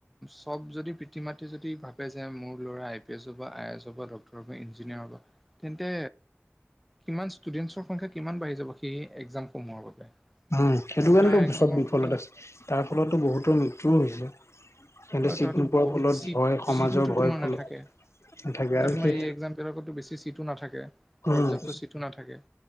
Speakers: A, in the centre; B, on the left.
A: চব যদি পিতৃ মাতৃ যদি ভাবে যে মোৰ ল'ৰা আই পি এছ হ'ব- আই আই এছ হ'ব- ডক্টৰ হ'ব ইঞ্জিনিয়াৰ হ'ব তেন্তে কিমান ষ্টুডেন্টছৰ সংখ্যা কিমান বাঢ়ি যাব সেই এক্জামসমূহৰ বাবে
B: উম সেইটো
A: আৰু
B: কাৰণেতো
A: তাৰ এক্সামৰ
B: চব বিফলত
A: বাবেতো
B: আছে তাৰ ফলতো বহুতো মৃত্যয়ুও হৈছে সিহঁতে
A: আৰু
B: চিট
A: তাহাতো
B: নোপোৱাৰ
A: বহুত
B: ফলত
A: চিট
B: ভয় সমাজৰ
A: চিটোতো
B: ভয়
A: তোমাৰ
B: ফলত
A: নাথাকে
B: নাথাকে
A: এতিয়া
B: আৰু
A: তোমাৰ
B: সেই
A: এই এক্সামবিলাকতো বেছি চিটো নাথাকে
B: উম,
A: পৰ্যাপ্ত ছিটটো নাথাকে